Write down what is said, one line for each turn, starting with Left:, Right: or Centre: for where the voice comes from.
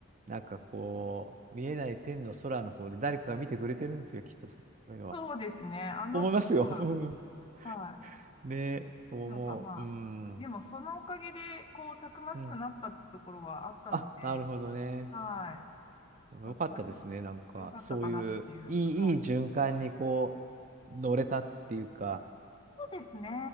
Right: なんかこう、見えない天の空の方で誰かが見てくれてるんですよ、きっとそういうのは。
Left: そうですね。あの子は、
Right: 思いますよ。うん。
Left: は
Right: <laughs> ねえ、そう思う。
Left: い。なんかまあ、
Right: うん。
Left: でもそのおかげで、こう、たくましくなったってところはあったので、
Right: うん。あ、なるほどね。
Left: はい。なんかまあ、
Right: よかったですね。
Left: よ、
Right: なんか、
Left: よかったかなっていう。
Right: そういう、いい、
Left: はい。
Right: いい循環にこう、乗れたっていうか、
Left: そうですね。